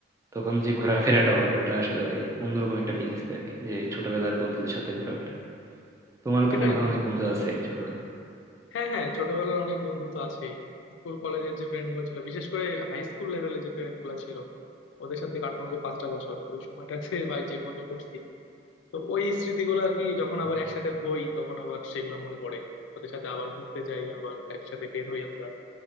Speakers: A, on the right; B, on the left.
A: তখন যে ঘোরাফেরাটা হয় ওটা আসলে ভাই অন্যরকম একটা ফিলিংস দেয় আর কি যে ছোটবেলার বন্ধুদের সাথে ঘোরাফেরা তোমারও
B: সেটাই
A: তো মনে হয় অনেক বন্ধু আছে ছোটবেলায়
B: হ্যাঁ হ্যাঁ ছোটবেলার অনেক বন্ধু তো আছেই স্কুল কলেজের যে ফ্রেন্ড গুলো ছিল বিশেষ করে হাই স্কুল লেভেলের যে ফ্রেন্ড গুলো ছিল ওদের সাথে কাটানো যে পাঁচটা বছর ওই সময়টাতে <laughs> ভাই যে মজা করছি তো ওই স্মৃতিগুলো আর কি যখন
A: হুম,
B: আবার একসাথে হই তখন আবার সেগুলো মনে পড়ে ওদের সাথে আবার ঘুরতে যাই আবার একসাথে বের হই আমরা